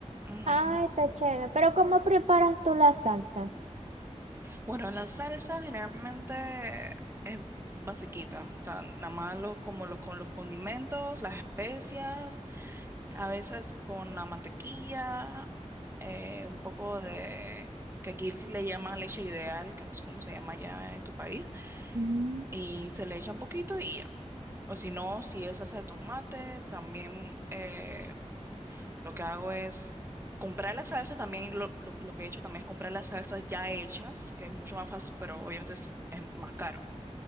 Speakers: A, on the right; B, on the right.
A: Ujú.
B: ah, está chévere. Pero ¿cómo preparas tú la salsa?
A: Bueno, la salsa generalmente es basiquita. O sea, nada más lo- como los, con los condimentos, las especias A veces con la mantequilla, eh, un poco de, que aquí le llaman leche ideal, que no sé cómo se llama allá en tu país,
B: Mm.
A: y se le echa un poquito y ya. O si no, si es salsa de tomate, también eh, lo que hago es comprar las salsas, también lo, lo- lo que he hecho también es comprar las salsas ya hechas, que es mucho más fácil, pero obviamente es, es más caro.